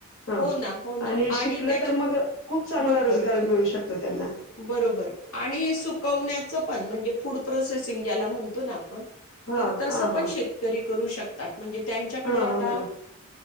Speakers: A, on the left (about 65°); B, on the left (about 85°).
A: हा
B: हो ना हो ना
A: शिकलं
B: आणि त्याच्या
A: तर मग खूप चांगला
B: बरोबर
A: रोजगार
B: बरोबर
A: मिळू शकतो त्यांना
B: बरोबर आणि सुवण्याचं पण म्हणजे फूड प्रोसेसिंग ज्याला म्हनतो ना. पण
A: हा
B: तर तसं
A: हा
B: पण
A: हा
B: शेतकरी करू शकतात म्हणजे त्यांच्याकडे
A: हा
B: अ आता
A: हा बरोबर